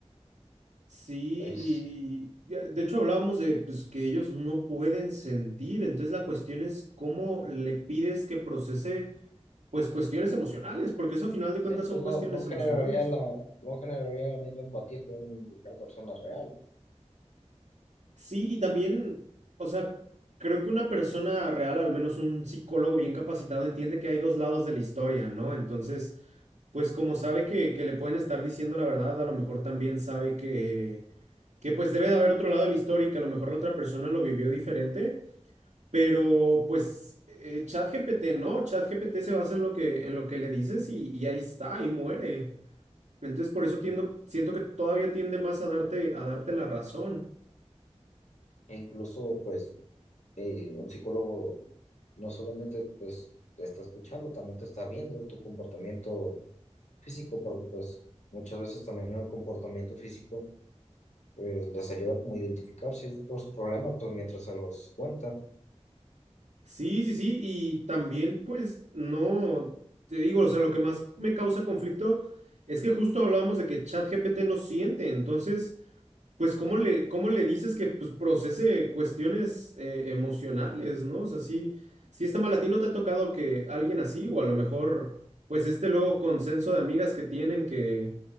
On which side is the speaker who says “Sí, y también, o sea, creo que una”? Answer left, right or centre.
Right